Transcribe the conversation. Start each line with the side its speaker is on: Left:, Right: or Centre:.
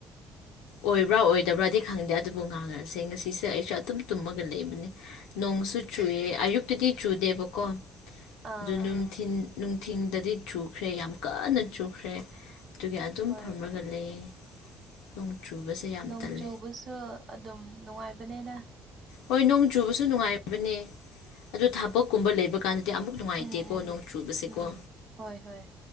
Left: ꯑꯣꯏꯕ꯭ꯔꯥ ꯑꯣꯏꯗꯕ꯭ꯔꯥꯗꯤ ꯈꯪꯗꯦ ꯑꯗꯨꯕꯨ ꯉꯥꯡꯅꯔꯁꯦ ꯉꯁꯤꯁꯦ ꯑꯩꯁꯨ ꯑꯗꯨꯝ ꯇꯨꯝꯃꯒ ꯂꯩꯕꯅꯤ ꯅꯣꯡꯁꯨ ꯆꯨꯑꯦ ꯑꯌꯨꯛꯇꯗꯤ ꯆꯨꯗꯦꯕꯀꯣ
Right: ꯑꯥ
Left: ꯑꯗꯨ ꯅꯨꯡꯊꯤꯟ ꯅꯨꯡꯊꯤꯟꯗꯗꯤ ꯆꯨꯈ꯭ꯔꯦ ꯌꯥꯝ ꯀꯟꯅ ꯆꯨꯈ꯭ꯔꯦ ꯑꯗꯨꯒꯤ ꯑꯗꯨꯝ
Right: ꯍꯣꯏ
Left: ꯐꯝꯔꯒ ꯂꯩꯌꯦ ꯅꯣꯡ ꯆꯨꯕꯁꯦ
Right: ꯎꯝ
Left: ꯌꯥꯝ
Right: ꯅꯣꯡ
Left: ꯇꯜꯂꯦ
Right: ꯆꯨꯕꯁꯨ ꯑꯗꯨꯝ ꯅꯨꯡꯉꯥꯏꯕꯅꯦꯅ
Left: ꯍꯣꯏ ꯅꯣꯡ ꯆꯨꯕꯁꯨ ꯅꯨꯡꯉꯥꯏꯕꯅꯦ ꯑꯗꯨ ꯊꯥꯕꯛꯀꯨꯝꯕ ꯂꯩꯕ ꯀꯥꯟꯗꯗꯤ ꯑꯃꯨꯛ ꯅꯨꯡꯉꯥꯏꯇꯦꯀꯣ
Right: ꯎꯝ ꯎꯝ
Left: ꯅꯣꯡ ꯆꯨꯕꯁꯦꯀꯣ
Right: ꯎꯝ ꯍꯣꯏ ꯍꯣꯏ